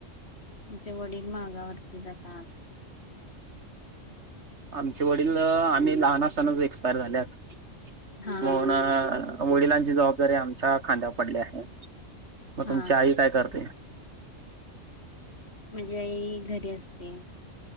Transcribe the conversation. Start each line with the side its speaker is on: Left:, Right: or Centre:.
Left: आमच्या वडील म्गावरती जातात.
Right: आमचे वडील आम्ही लहान असतानाच एक्सपायर झाल्यात.
Left: हा हा
Right: म्हणून
Left: हा ह
Right: वडिलांची जबाबदारी आमच्या खांद्यावर पडली आहे. मग
Left: हा
Right: तुमची आई काय करते?
Left: म्हणजे आई घरी असते.